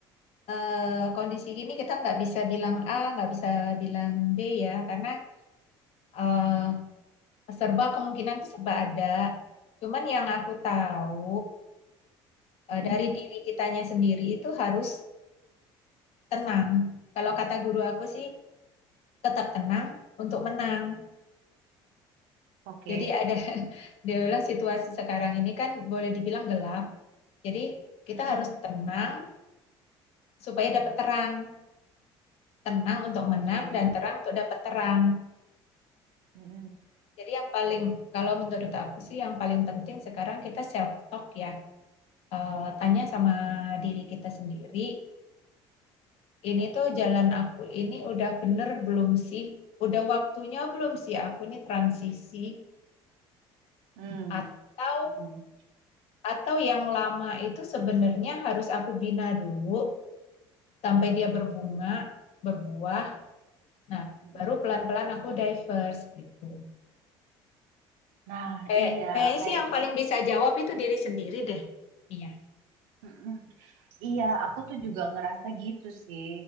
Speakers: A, on the left (about 65°); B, on the right (about 85°).
A: eh, kondisi gini kita nggak bisa bilang A, nggak bisa bilang B ya, karena eh, serba kemungkinan itu serba ada. Cuman yang aku tahu eh,
B: Mm-mm.
A: dari diri kitanya sendiri itu harus tenang. Kalau kata guru aku sih tetap tenang untuk menang.
B: Oke.
A: Jadi ada <laughs> dia bilang situasi sekarang ini kan boleh dibilang gelap. Jadi kita
B: Mm-mm.
A: harus tenang supaya dapat terang. Tenang untuk
B: Oke.
A: menang dan terang untuk dapat terang.
B: Mm-mm.
A: Jadi yang paling kalau menurut aku sih yang paling penting sekarang kita self talk ya. Eh, tanya sama diri kita sendiri ini tuh jalan aku ini udah bener belum sih? Udah waktunya belum sih aku nih transisi
B: Mm.
A: atau
B: Mm.
A: atau yang lama itu sebenarnya harus aku bina dulu sampai dia berbunga, berbuah. Nah,
B: Mm.
A: baru pelan-pelan aku diverse gitu.
B: Nah,
A: Kayak
B: iya,
A: kayaknya
B: kayaknya.
A: sih yang paling bisa jawab itu diri sendiri deh. Iya.
B: Mm-mm. Iya, aku tuh juga ngerasa gitu sih.